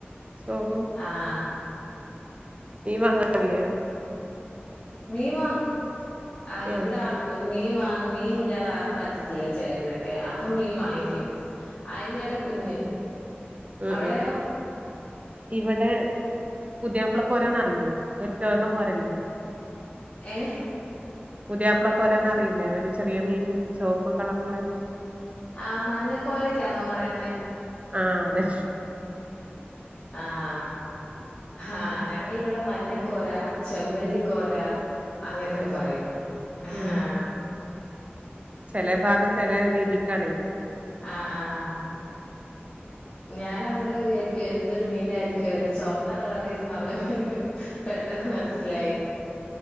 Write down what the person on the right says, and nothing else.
ചോറും
മീൻ വാങ്ങാറില്ലേ
ആഹ്
ആഹ്
ആഹ് ഇവടെ പുതിയപ്പള കോരന്ന്റിയില്ലെ ഒരു ച്ചോന്ന കോരല്ലേ
പുതിയയാപ്പള കോരാന്നറിയില്ലേ ഒരു ചെറിയ മീന് ചോപ്പ് കളറുള്ള
ആഹ് അതെ
അത്
ശരി
ഉം ചെല ഭാഗം ചെല രീതിക്കാണേ